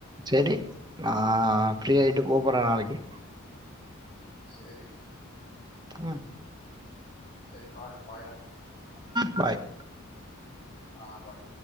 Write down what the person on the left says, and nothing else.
ம்
சேரி விக்கி
சேரி பாரு பாய்டா
ஆ பாய்